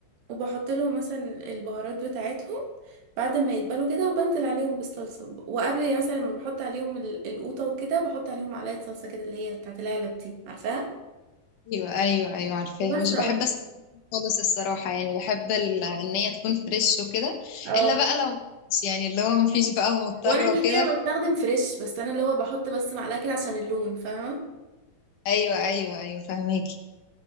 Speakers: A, on the right; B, on the left.
A: وبحط لهم مثلا البهارات بتاعتهم بعد ما يتبلوا كده وبنزل عليهم بالصلصة وقبل يعني مثلا لما بحط عليهم ال- القوطة وكده بحط عليهم معلقة صلصة كده اللي هي بتاعت العلب دي عارفاها
B: ايوه ايوه ايوه عارفاها
A: وبس
B: مش
A: على
B: بحب اسلق
A: كده
B: خالص الصراحه يعني بحب ال- ان هي تكون فريش وكده
A: اه
B: الا بقى لو مفيش يعني اللي هو مفيش بقى مضطره
A: وانا كده
B: وكده
A: كده بستخدم فريش بس انا اللي هو بحط بس معلقة كده عشان اللون فاهمة
B: ايوه ايوه ايوه فهماكي